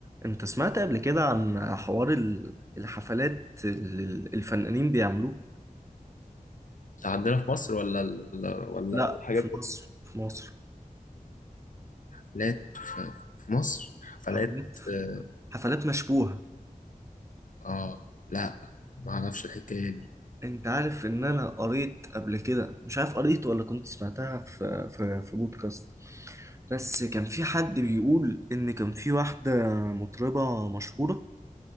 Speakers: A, on the right; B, on the left.
A: انت سمعت قبل كده عن حوار ال- الحفلات اللي ال- الفنانين بيعملوه
B: ده عندنا في مصر ولا ال- ولا ولا
A: لا
B: الحاجات
A: في
B: دي؟
A: مصر في مصر
B: حفلات في في مصر حفلات
A: حفلات
B: اه
A: حفلات مشبوهة
B: آه، لا ما اعرفش الحكايه دي
A: انت عارف ان انا قريت قبل كده مش عارف قريت ولا كنت سمعتها في في في بودكاست بس كان في حد بيقول ان كان في واحدة مطربة مشهورة